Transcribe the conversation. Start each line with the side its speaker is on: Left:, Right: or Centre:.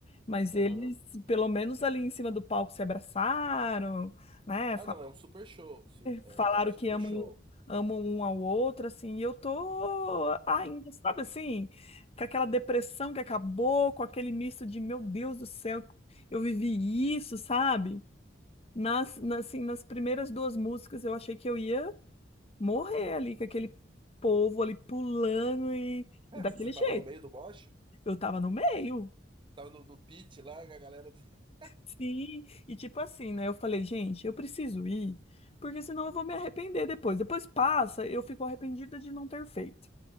Left: Mas
Right: Aham.
Left: eles, pelo menos ali em cima do palco, se abraçaram, né?
Right: Ah, não, é um super show, sim, é,
Left: Falaram
Right: é um super
Left: que amam,
Right: show.
Left: um, amam um ao outro, assim, e eu tô ainda, sabe assim, com aquela depressão que acabou, com aquele misto de, meu Deus do céu, eu vivi isso, sabe? Nas, nas, assim, nas primeiras duas músicas eu achei que eu ia morrer ali, com aquele povo ali pulando e,
Right: <laughs>
Left: e daquele
Right: Você
Left: jeito.
Right: tava no meio do mosh?
Left: Eu tava no meio,
Right: Tava no, no pit lá, a galera. <laughs>
Left: sim, e tipo assim, né? Eu falei, gente, eu preciso ir, porque senão eu vou me arrepender depois. Depois passa, eu fico arrependida de não ter feito.